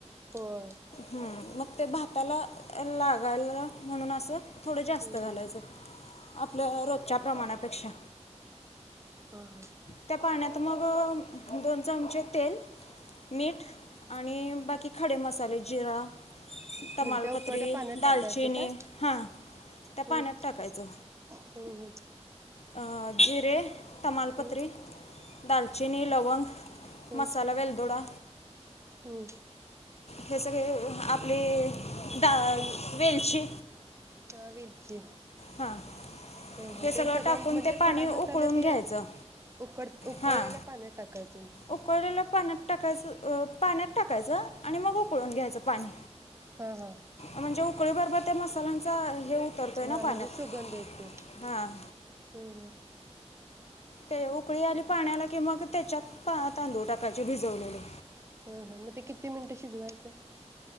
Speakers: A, on the right; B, on the left.
A: होय
B: हम्म. मग ते भाताला लागायला म्हणून असं थोडं फत
A: हम्म
B: घालायचं
A: हम्म
B: आपल रोजच्या प्रमाणापेक्षा
A: हा हा.
B: त्या पाण्यात मग दोन चमचे तेल, मीठ आणि बाकी खडे मसाले. जिरा, तमालपत्री,
A: म्हणजे त्या उकळत्या पाण्यात
B: दालचिनी
A: टाकायचं काय
B: हां. त्या पाण्यात
A: हम्म
B: टाकायचं
A: हम्म हम्म.
B: आ जिरे तमालपत्री
A: हम्म
B: दालचिनी, लवंग
A: हम्म
B: मसाला वेलदोडा
A: हम्म.
B: हे सगळे आपली द वेलची
A: हा वेलची
B: हां
A: ह
B: हे
A: ते सगळं
B: टाकून
A: म्हणजे
B: ते पाणी
A: खडा
B: उकळून
A: मसाला ते
B: घ्यायचं
A: उकड उकळलेल्या
B: हां
A: पाण्यात टाकायचं.
B: उकळलेलं पाण्यात टाकायचं पाण्यात टाकायचं आणि मग उकळून घ्यायचं पाणी.
A: हा हा.
B: म्हणजे उकळीबरोबर त्या मसाल्यांचा हे उतरतोय ना
A: हा
B: पाण्यात
A: म्हणजे सुगंध येतोय.
B: हां
A: हं हं.
B: ते उकळी आली पाण्याला कि मग ते च्यात पहा तांदूळ टाकायचे भिजवलेले.
A: हा हा मग ते किती मिनिटं शिजवायचं.